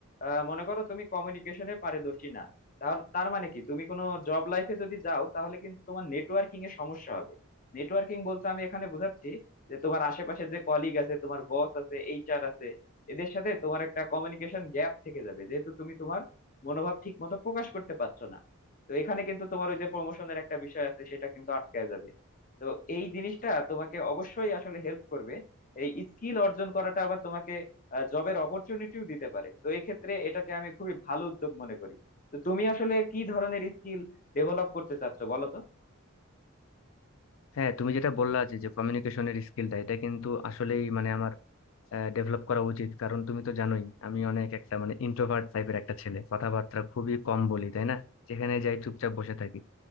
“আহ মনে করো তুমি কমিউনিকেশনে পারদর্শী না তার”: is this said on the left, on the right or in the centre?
Left